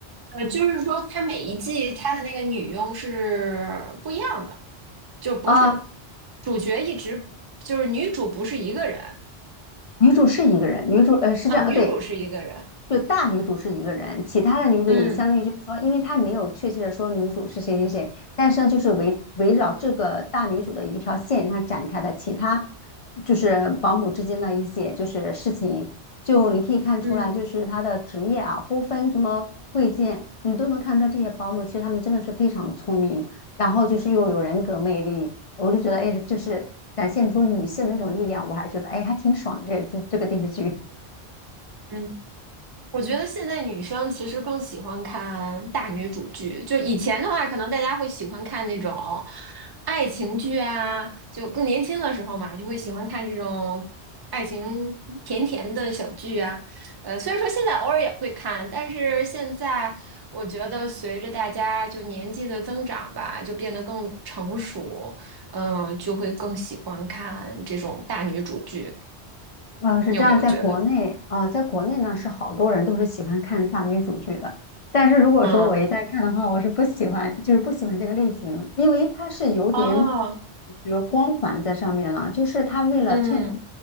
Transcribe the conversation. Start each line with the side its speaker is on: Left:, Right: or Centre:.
Right: 呃，就是说它每一季它的那个女佣是不一样的，就不是
Left: 啊。
Right: 主角一直就是女主不是一个人
Left: 女主是一个人，女主呃是这样，
Right: 啊，女主是一个人。
Left: 对，就大女主是一个人，其他的女主也相当于就是说，
Right: 嗯
Left: 因为她没有确切的说女主是谁谁谁，但是呢，就是围围绕这个大女主的一条线上展开的其他，就是保姆之间的一些就是事情，就你可以看出来，
Right: 嗯
Left: 就是她的职业啊，不分什么贵贱，你都能看出来这些保姆其实她们真的是非常聪明，然后就是又有人格魅力，我就觉得哎，就是展现出女性的一种力量，我还觉得哎还挺爽这这这个电视剧。
Right: 嗯我觉得现在女生其实更喜欢看大女主剧，就以前的话，可能大家会喜欢看那种爱情剧啊，就更年轻的时候嘛，就会喜欢看这种爱情甜甜的小剧啊。呃，虽然说现在偶尔也会看，但是现在我觉得随着大家就年纪的增长吧，就变得更成熟，嗯、就会更喜欢看这种大女主剧。
Left: 呃，是这样，
Right: 你有没有觉得？
Left: 在国内啊、呃在国内呢是好多人都是喜欢看大女主剧的，但是如果说我一旦看的话，
Right: 嗯，
Left: 我是不喜欢，就是不喜欢这个类型，因为它是有点，
Right: 哦，
Left: 比如光环在上面了，就是他为了衬托
Right: 嗯。